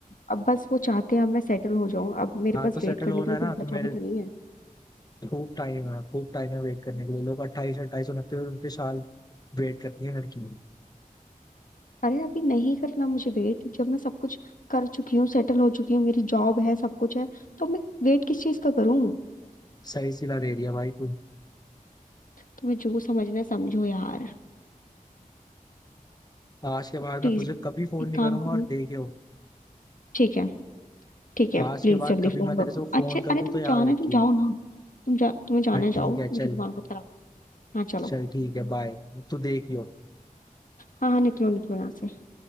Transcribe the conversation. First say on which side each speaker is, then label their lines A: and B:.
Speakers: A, on the left (about 65°); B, on the left (about 25°).
A: अब बस वो चाहते हैं अब मैं सेटल हो जाऊं अब मेरे
B: हाँ
A: पास
B: तो सेटल
A: वेट करने
B: होना
A: के लिए
B: है ना
A: कुछ
B: तो
A: बचा
B: मेरे
A: भी तो नहीं है
B: खूब टाइम है खूब टाइम है वेट करने के लिए लोग अट्ठाईस अट्ठाईस उनतीस उनतीस साल वेट करती है लड़कियों
A: अरे अभी नहीं करना मुझे वेट जब मैं सब कुछ कर चुकी हूँ सेटल हो चुकी हूँ मेरी जॉब है सब कुछ है तो मैं वेट किस चीज का करूँ
B: सही सिला दे रही है भाई तू
A: तुम्हें जो समझना है समझो यार
B: आज के बाद
A: प्लीज
B: मैं तुझे कभी फोन
A: एक
B: नहीं करूंगा
A: काम करो
B: और देखियो
A: ठीक है ठीक है
B: आज
A: प्लीज
B: के बाद
A: जल्दी
B: कभी
A: फोन
B: मैं तेरे
A: रखो
B: से फोन
A: अच्छा
B: कर
A: अरे
B: दूं
A: तुम
B: तो याद
A: जाना
B: रखियो
A: है तुम जाओ ना तुम जा तुम्हें जाना
B: हाँ ठीक
A: है जाओ
B: है चल
A: मेरे दिमाग को खराब हाँ चलो
B: चल ठीक है बाय तू देखियो
A: हाँ हाँ निकलो निकलो यहाँ से